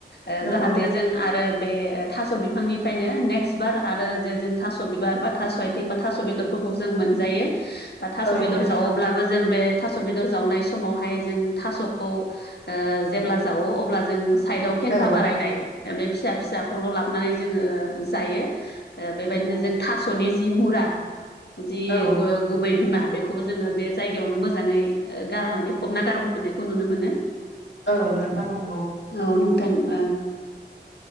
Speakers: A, on the left; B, on the left.
A: ओ
B: नंगौ
A: जाहाथे जों आरो बे थास' बिफांनिफ्रायनो नेक्स्ट बार आरो जे जों थास' बिबार बा थास' आथिं बा थास' बेदरखौ खौ जों मोनजायो बा थास'
B: औ
A: बेदर
B: नोंथां
A: जावोब्लाबो जों बे थास' बेदर जावनाय समावहाय जों थास'खौ ओ जेब्ला जावो अब्ला जों साइडआव फेंखा
B: औ
A: बारायनाय बे फिसा फिसाखौल' लाबनानै जोङो जायो। ओ बेबायदिनो
B: नंगौ
A: जों थास'नि जि मुरा जि
B: औ
A: गो-गुबै बिमा बेखौ जोङो बे जायगायावनो मोजाङै गारनानै फबना गारबोफिननायखौ नुनो मोनो।
B: औ नोंथां नंगौ।
A: औ नोंथां ओ